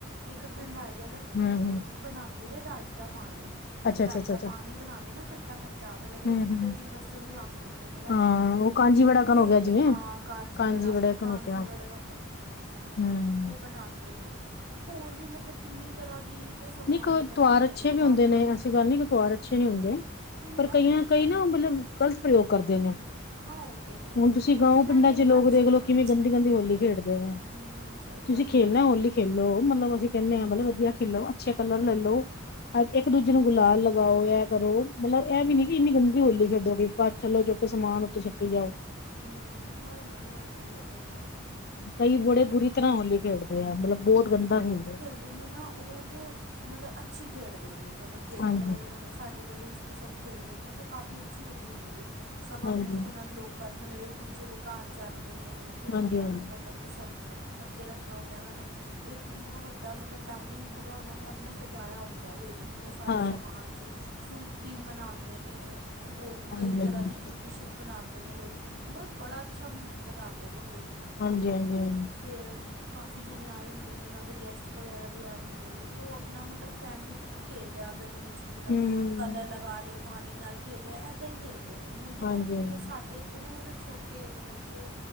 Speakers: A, on the right; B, on the left.
A: ਇੱਕ ਠੰਡਾਈ ਅੱਲਗ
B: ਹੂੰ
A: ਹੁੰਦੀ
B: ਹੂੰ
A: ਹੈ। ਇੱਕ ਬਣਾਉਦੇ ਨੇ ਰਾਹੀਂ ਦਾ ਪਾਣੀ।
B: ਅੱਛਾ
A: ਰਹੀਂ
B: ਅੱਛਾ ਅੱਛਾ
A: ਦਾ
B: ਅੱਛਾ
A: ਪਾਣੀ ਬਣਾ ਦੇ ਨਾ, ਖੱਟਾ- ਖੱਟ। ਟਾ ਮਤਲਬ ਇੱਕ,
B: ਹੂੰ
A: ਅੱਧੇ
B: ਹੂੰ
A: ਦਿਨ ਵਾਸਤੇ ਉਹਨੂੰ, ਰੱਖ ਦਿੰਦੇ ਨੇ, ਰਾਈ
B: ਹਾਂ
A: ਦੇ ਪਾਣੀ
B: ਉਹ
A: ਨੂੰ,
B: ਕਾਂਜੀ ਵੜਾ ਕਨ
A: ਫੇਰ
B: ਹੋ
A: ਉਹ
B: ਗਿਆ ਜਿਵੇਂ
A: ਹਾਂ ਕਾਂਜੀ ਬੜਾ, ਉਹ
B: ਵੜਾ
A: ਕਾਂਜੀ
B: ਕਨ ਹੋ ਗਿਆ
A: ਵੜੇ ਵੱਕਨ,
B: ਹੂੰ
A: ਉਹ ਬਣਾਉਦੇ ਨੇ। ਹੋਰ ਵੀ, ਮਤਲਬ ਕਿੰਨੀ ਤਰਾਂ ਦੀ ਤੇ ਸਮਾਨ
B: ਨੀ ਕੋਈ
A: ਹੀ ਬਣਾਉਂਦੇ
B: ਤੁਵਾਰ, ਅੱਛੇ ਵੀ
A: ਪਾਪੜ
B: ਹੁੰਦੇ ਨੇ। ਐਸੀ ਗੱਲ ਨੀ।
A: ਹੂੰ
B: ਤਿਉਹਾਰ ਅੱਛੇ ਵੀ ਹੁੰਦੇ ਹੈ।
A: ਹੁਣ
B: ਪਰ
A: ਨਾ
B: ਕਈਆਂ
A: ਐ
B: ਕਈ ਨਾ, ਮਤਲਬ ਗ਼ਲਤ ਪ੍ਰਯੋਗ ਕਰਦੇ ਨੇ।
A: ਹਾਂ ਉਹ ਤਾਂ ਹੈਗਾ
B: ਹੁਣ ਤੁਸੀਂ
A: ਮ
B: ਗਾਉ,
A: ਜਿਨ੍ਹਾਂ
B: ਪਿੰਡਾਂ
A: ਨੇ
B: ਚ ਲੋਕ
A: ਅੱਛੇ
B: ਦੇਖਲਓ,
A: ਲੈਣ
B: ਕਿਵੇਂ ਗੰਦੀ- ਗੰਦੀ ਹੋਲੀ ਖੇਡਦੇ ਨੇ।
A: ਹੂੰ ਸਹੀ
B: ਤੁਸੀਂ
A: ਗੱਲ
B: ਖੇਲਣਾ ਹੈ, ਹੋਲੀ ਖੇਲੋ, ਮਤਲਬ ਅਸੀਂ ਕਹਿੰਦੇ
A: ਹੂੰ
B: ਹਾਂ, ਮਤਲਬ ਵਧੀਆ ਖੇਲੋ। ਅੱਛੇ ਕਲਰ ਲੈ, ਲੋ। ਇੱਕ
A: ਹੂੰ
B: ਦੂਜੇ ਨੂੰ, ਗੁਲਾਲ
A: ਸਹੀ
B: ਲਗਾਓ।
A: ਗੱਲ ਹੈ।
B: ਏ ਕਰੋ। ਮਤਲਬ ਇਹ ਵੀ, ਨੀ ਕਿ ਇੰਨੀ ਗੰਦੀ ਹੋਲੀ ਖੇਡੋਗੇ। ਆਪ ਥੱਲੋਂ ਚੁੱਕ, ਸਮਾਨ ਉੱਤੇ ਸੁੱਟੀ ਜਾਓ।
A: ਹੂੰ। ਨਹੀਂ- ਨਹੀਂ, ਇਹ ਤੇ ਗੱਲਤ ਗਲ ਐ।
B: ਕਈ ਬੜੇ ਬੁਰੀ, ਤਰਾਂ ਹੋਲੀ ਖੇਡਦੇ ਆ। ਮਤਲਬ ਬਹੁਤ ਗੰਦਾ ਖੇਡਦੇ ਆ।
A: ਕਿਨੇ ਨਾ ਉਹ ਤੇ, ਮਤਲਬ ਅੱਛੀ ਖੇਡਦੇ ਨੇ। ਮਤਲਬ ਦੇਖਿਆ
B: ਹਾਂਜੀ
A: ਮਤਲਬ ਸਾਡੀ ਗਲੀ ਚ ਵੀ, ਸਭ ਖੇਲਦੇ ਨੇ ਤੇ, ਕਾਫੀ ਅੱਛੀ ਹੋਲੀ ਹੁੰਦੀ ਹੈ। ਸਭ ਆਪਣੇ
B: ਹਾਂਜੀ
A: ਉਹਨਾਂ ਦੇ ਲੋਕ ਕ ਮਤਲਬ ਇੱਕ, ਦੂਜੇ ਦੇ ਘਰ ਜਾਂਦੇ ਨੇ। ਫੇਰ
B: ਹਾਂਜੀ
A: ਉਹਨਾਂ
B: ਹਾਂਜੀ
A: ਨੂੰ ਮ ਮਤਲਬ ਸਭ ਅੱਗੇ, ਰੱਖਿਆ ਹੁੰਦਾ। ਉਹਨਾਂ ਨੇ ਇੱਕ ਇੰਨਾ ਵੱਡਾ, ਮਤਲਬ ਡਾਇਨਿੰਗ ਪੂਰਾ, ਉਹਨਾਂ ਨੇ ਆਪਣਾ, ਸਜਾਇਆ ਹੁੰਦਾ ਵੇ। ਇੰਨੇ ਸਾਰੇ
B: ਹਾਂ
A: ਸਮਾਨ ਚ, ਫਰੂਟ ਕਰੀਮ ਬਨਾਉਂਦੇ ਨੇ। ਹੋਰ
B: ਹਾਂਜੀ
A: ਵੀ ਕਈ
B: ਹਾਂਜੀ ਹਾਂਜੀ
A: ਤਰਾਂ ਦੀ, ਜ ਡਿਸ਼ਿਜ਼ ਬਣਾਉਂਦੇ ਨੇ ਲੋਕੀ। ਮਤਲਬ ਬੜਾ ਅੱਛਾ ਬਣਾਉਂਦੇ ਨੇ ਹੋਲੀ।
B: ਹਾਂਜੀ- ਹਾਂਜੀ, ਹ
A: ਫੇਰ ਕਾਫੀ ਜਣੇ ਆਏ ਹੁੰਦੇ ਨੇ। ਉਹਨਾਂ ਦੇ ਗੈਸਟ ਵਗੈਰਾ ਵੀ, ਆਏ ਹੁੰਦੇ ਨੇ। ਤੇ ਉਹ ਆਪਣਾ ਮਤਲਬ ਫੈਮਿਲੀ ਫੈ ਖੇਲਿਆ, ਗਲੀ ਵਿੱਚ ਜਿੱਦਾਂ
B: ਹੂੰ,
A: ਕਲਰ ਲਗਾ ਲਏ, ਪਾਣੀ ਨਾਲ ਖੇਲਿਆ, ਏਦਾਂ ਹੀ ਖੇਲਦੇ ਨੇ। ਹੁਣ ਜਿੱਥਾਂ
B: ਹਾਂਜੀ-ਹਾਂਜੀ
A: ਇੱਥੇ ਕ ਸਾਡੇ ਣਿਥੇ ਨਾ ਮਤਲਬ, ਛੋਟੇ ਮਤਲਬ ਜੋ